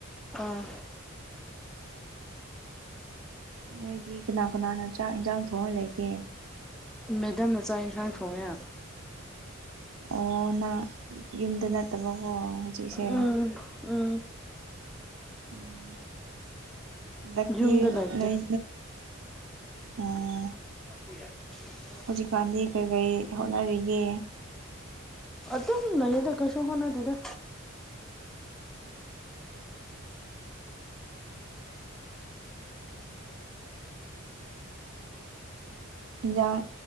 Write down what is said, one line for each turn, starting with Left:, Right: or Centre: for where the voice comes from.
Centre: ꯑꯥ
Right: ꯅꯣꯏꯗꯤ ꯀꯅꯥ ꯀꯅꯥꯅ ꯆꯥꯛ ꯏꯟꯁꯥꯡ ꯊꯣꯡꯑ ꯂꯩꯒꯦ
Centre: ꯃꯦꯗꯝꯅ ꯆꯥꯛ ꯌꯦꯟꯁꯥꯡ ꯊꯣꯡꯉꯦ
Right: ꯑꯣ ꯅꯪ ꯌꯨꯝꯗ ꯅꯠꯇꯕꯀꯣ ꯍꯧꯖꯤꯛꯁꯦ
Centre: ꯎꯝ ꯎꯝ
Right: ꯎꯝ ꯍꯟꯗꯛꯇꯤ
Centre: ꯌꯨꯨꯝꯗ ꯂꯥꯏꯇꯦ
Right: ꯅꯣꯏ ꯑꯣ
Centre: <unintelligible>
Right: ꯍꯧꯖꯤꯛꯀꯥꯟꯗꯤ ꯀꯔꯤ ꯀꯔꯤ ꯍꯣꯠꯅꯔꯤꯒꯦ
Centre: ꯑꯗꯨꯝ ꯂꯩꯗ ꯀꯩꯁꯨ ꯍꯣꯠꯅꯗꯦꯗ
Right: ꯌꯦꯟꯖꯥꯡ